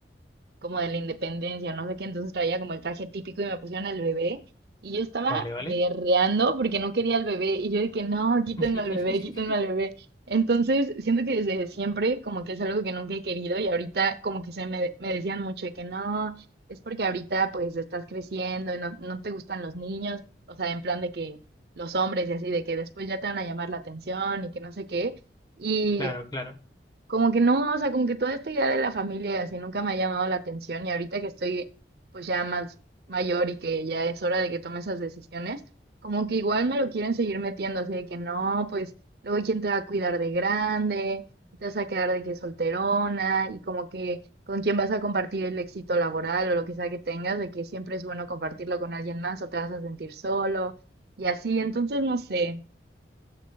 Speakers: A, on the right (about 60°); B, on the left (about 25°).
A: como de la independencia, no sé qué, entonces traía como el traje típico y me pusieron al bebé y yo estaba
B: Vale, vale.
A: berreando porque no quería al bebé y yo dije, no, quítenme
B: <laughs>
A: al bebé, quítenme al bebé. Entonces, siento que desde siempre como que es algo que nunca he querido y ahorita como que se me, me decían mucho de que no, es porque ahorita pues estás creciendo y no, no te gustan los niños, o sea, en plan de que los hombres y así, de que después ya te van a llamar la atención y que no sé qué. Y
B: Claro, claro.
A: como que no, o sea, como que toda esta idea de la familia y así nunca me ha llamado la atención y ahorita que estoy pues ya más mayor y que ya es hora de que tome esas decisiones, como que igual me lo quieren seguir metiendo, así de que no, pues luego quién te va a cuidar de grande, te vas a quedar de que solterona y como que con quién vas a compartir el éxito laboral o lo que sea que tengas, de que siempre es bueno compartirlo con alguien más o te vas a sentir solo y así, entonces no sé,